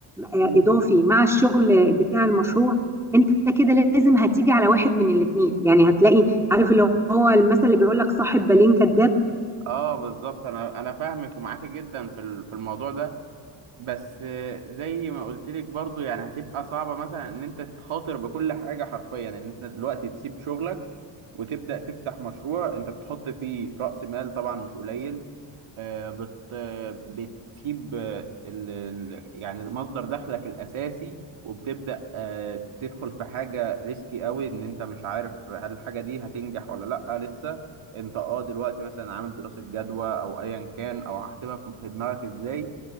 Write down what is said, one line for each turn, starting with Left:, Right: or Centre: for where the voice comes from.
Centre: آه،
Right: امم
Centre: اضافي مع الشغل بتاع المشروع انت كده لازم هتيجي على واحد من الاتنين يعني هتلاقي عارف اللي هو المثل اللي بيقول لك صاحب بالين كذاب
Right: اه بالظبط انا انا فاهمك ومعاكي جدا في ال- في الموضوع ده بس زي ما قلت لك برضو يعني هتبقى صعبة مثلا ان انت تخاطر بكل حاجة حرفيا ان انت دلوقتي تسيب شغلك وتبدأ تفتح مشروع انت بتحط فيه رأس مال طبعا مش قليل آه، بت آه، بتسيب آه، ال... ال- يعني مصدر دخلك الأساسي وبتبدأ آه، تدخل في حاجة ريسكي قوي ان انت مش عارف هل الحاجة دي هتنجح ولا لأ لسه انت اه دلوقتي مثلا عامل دراسة جدوى او ايا كان او هحسبها في في دماغك ازاي